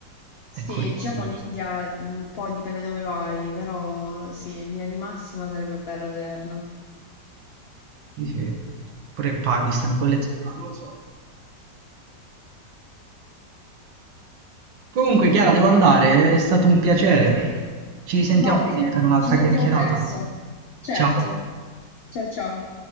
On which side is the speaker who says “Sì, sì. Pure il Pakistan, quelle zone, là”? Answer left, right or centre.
Right